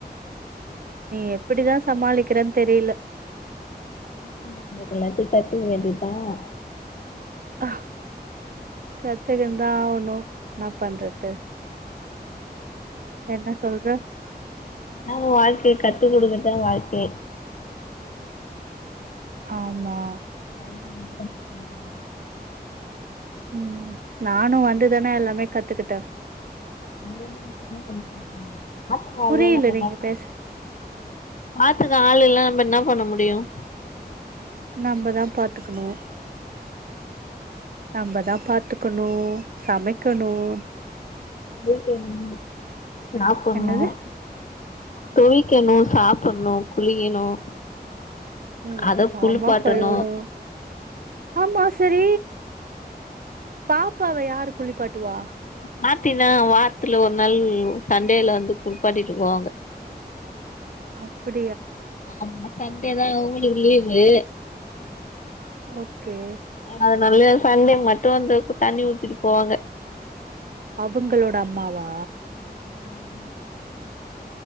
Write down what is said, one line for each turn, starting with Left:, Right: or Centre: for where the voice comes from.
Right: நீ எப்படிதான் சமாளிக்கிறன்னு தெரியல
Left: என்ன பண்றது எல்லாத்தையும் கத்துக்க வேண்டியது தான்
Right: ஆ கத்துக்கனும் நாஒண்ணும் என்னா பண்றது என்ன சொல்ற
Left: என்னாங்க வாழ்க்கை கத்து கொடுங்கத்தான் வாழ்க்கை
Right: ஆமா
Left: ப <unintelligible>
Right: உம் நானும் வந்துதானே எல்லாமே கத்துக்குட்டுன் அட்டு
Left: அ பாத்துங்க அ
Right: புரியல நீங்க பேச
Left: பாத்துக்க ஆளு எல்லாம் ந என்ன பண்ண முடியும்
Right: நம்மதான் பாத்துக்கணும் நம்மதான் பாத்துக்கணும் சமைக்கணும்
Left: உ <unintelligible> சாப்பிடணும்
Right: என்னது
Left: தவிக்கணும் சாப்பிடணும் குளியணும்
Right: ம்
Left: அதை
Right: ஜாமா
Left: குளிப்பாட்டணும்
Right: கழுவணு ஆமா சரி பாப்பாவ யாரு குளிப்பட்டு கட்டு வா <unintelligible>
Left: மாத்தினா வாரத்துல ஒரு நாள் சண்டேில வந்து குடப்பாட்டிட்டு போவாங்க
Right: அப்படி
Left: ஆமா சண்டேதான் உங்களுக்கு லீவு
Right: ஓகே
Left: அது நல்ல சண்டை மட்டும் வந்தக்கு தண்ணி ஊத்தட்டு போவாங்க
Right: அவங்களோட அம்மாவா
Left: உம்